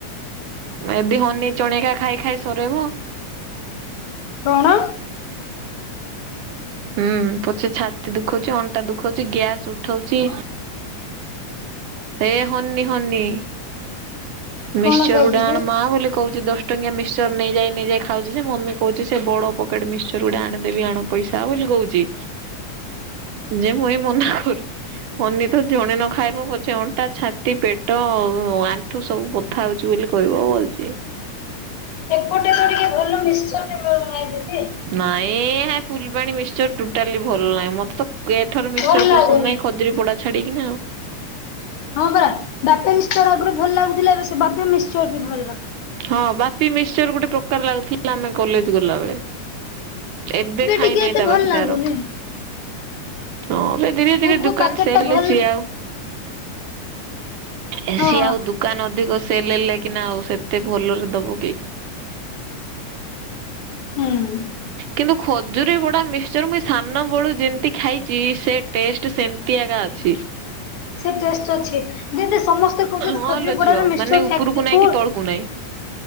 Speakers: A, on the right; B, on the left.
A: ମେବି ହନି ଚଣେକା ଖାଇ ଖାଇ ସରେଇବ।
B: କଣ। <inaudible>
A: ହୁଁ ପଛେ ଛାତି ଦୁଖଉଛି ଅଣ୍ଟା ଦୁଖଉଛି ଗ୍ୟାସ ଉଠଉଚି। ଏ ହନି ହନି। ମିକ୍ସଚର
B: କଣ କହୁଛୁ
A: ଗୋଡେ ଆଣ
B: କି?
A: ମାବୋଲି କହୁଚି ଦଶ ଟଙ୍କିଆ ମିକ୍ସଚର ନେଇଯାଇ ନେଇଯାଇ ଖାଉଚି ଯେ ମମି କହୁଚି ସେବଡ଼ ପକେଟ ମିିକ୍ସଚର ଗୋଟେ ଆଣେଦେବି ଆଣ ପଇସା ବୋଲି କହୁ ଚି ଯେପୁଣି ମନା କରୁ ଅନିତ ଜଣେ ନଖାଇବ ପଛେ ଅଣ୍ଟା ଛାତି ପେଟ ଅଁ ଆଣ୍ଠୁ ସ ସବୁ ବଥା ହଉଚି ବୋଲି କହିବ <unintelligible>
B: ଏପଟେ ତ ଟିକେ ଭଲ ମିକ୍ସଚର ମିଳୁନାହିଁ ଦିଦି।
A: ନାଇଁହେ ଫୁଲବାଣୀ ମିକ୍ସଚର ଟୋଟାଲି ଭଲ ନାହିଁ ମତେତ କେଠାରୁ ମିଶ ମିକ୍ସଚର
B: ଭଲ ଲାଗୁନି।
A: ପସନ୍ଦ ନାଇଁ ଖଦିରି ପୋଡ଼ ଛାଡ଼ିକିନା ଆଉ।
B: ହଁ ପରା ବାପି ମିକ୍ସଚର ଆଗରୁ ଭଲ ଲାଗୁଥିଲା ଏବେ ସେବାପି ମିକ୍ସଚରବି ଭଲ ଲାଗୁ
A: ହଁ ବାପି ମିକ୍ସଚର ଗୋଟେ ପ୍ରକାର ଲାଗୁଥିଲା ଆମେ କଲେଜ୍ ଗଲାବେଳେ। ଏବେ ଖାଇ
B: ଟିକେ
A: ନହିଁ
B: ଏତେ
A: ତାବାକି
B: ଭଲ ଲାଗୁନି
A: ତାର। ହଁ ଏବେ ଧୀରେ
B: କୋଉ
A: ଧୀରେ
B: କୋଉ
A: ଦୋକାନ
B: ପ୍ୟାକେଟ
A: ସେରେ
B: ଟା ଭଲ
A: ସିଏ ଆଉ ଏ
B: ହଁ
A: ସିଏ ଆଉ ଦୁକାନ ଅଧିକ ସେଲ ହେଲେ କିନା ଆଉ ସେ ଏତେ ଭଲରେ ଦବକେ
B: ହୁଁ।
A: କିନ୍ତୁ ଖଜୁରୀ ବଡ଼ା ମିକ୍ସଚର ମୁଇଁ ସାନବେଳୁ ଯେମିତି ଖାଇଛି ସେଟେଷ୍ଟ ସେମିତି ଆଗା ଅଛି।
B: <inaudible> ସେଟଷ୍ଟ ଅଛି ଦିଦି ସମସ୍ତେ କହୁଛନ୍ତି
A: ହଁ
B: ଖଜୁରିପଡ଼ାର
A: ଲୋ ଝିଅ
B: ମିକ୍ସଚର
A: ମାନେ
B: ଫେକ୍ଟେରି
A: ଉପରକୁ ନାଇଁ
B: କୁ
A: କି ତଳକୁ ନାଇଁ